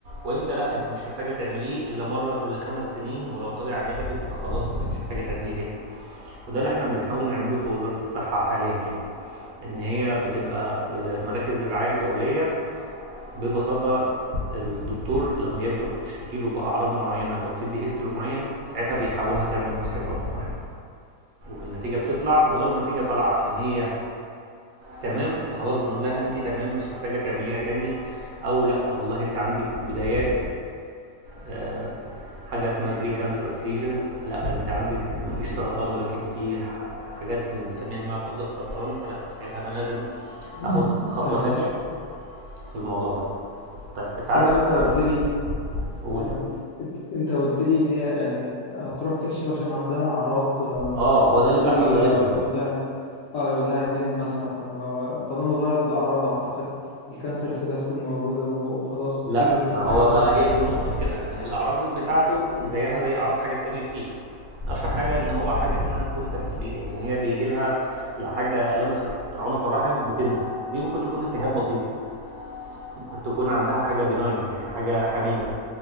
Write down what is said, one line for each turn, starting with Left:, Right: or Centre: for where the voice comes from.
Right: وامتى لا انت مش محتاجة تعمليه الا مرة كل خمس سنين ولو طلع نيجاتيف فخلاص انت مش محتاجة تعمليه تاني وده اللي احنا بنحاول نعمله في وزارة الصحة حاليا يعني ان هي بتبقى في مراكز الرعايه الاوليه ببساطة الدكتور لما هي بتروح تشتكي له بأعراض معينة أو تدي هيستوري معين ساعتها بيحاولها تعمل مسحة عنق رحم والنتيجة بتطلع ولو النتيجة طالعة إن هي تمام فخلاص بنقول لها أنت تمام مش محتاجة تعمليها تاني أو لأ والله أنت عندك بدايات آه، حاجة اسمها بري كانسرس ليجنز لأ أنت عندك مفيش سرطان ولكن في ح- حاجات بنسميها ما قبل السرطان فلأ ساعتها أنا لازم
Left: <clears throat>
Right: أخد خطوة
Left: تمام
Right: تانية في الموضوع ده طيب أنت عندك
Left: برضو انت
Right: مثلا
Left: قلت لي
Right: قول
Left: تمام انت انت قلت لي ان هي يعني هتروح تكشف عشان عندها اعراض آه،
Right: اه
Left: فالدكتور
Right: هو ده اللي بيحصل
Left: ي-
Right: غالبا
Left: يقول لها اه يقول لها اعملي المسحه طب ما- طالما ظهرت الاعراض اعتقد الكانسر سيل هتكون موجوده و- وخلاص
Right: لا
Left: كبرت في
Right: ما
Left: الحجم
Right: هو بقى هي دي النقطة في كده ان الاعراض بتاعته زيها زي اعراض حاجات تانية كتير اشهر حاجة ان هو حاجة اسمها كونتاكت بليدنج ان هي بيجي لها لو حاجة لمست عنق الرحم بتنزف دي ممكن تكون التهاب بسيط ممكن تكون عندها حاجة بناين يعني حاجة حميدة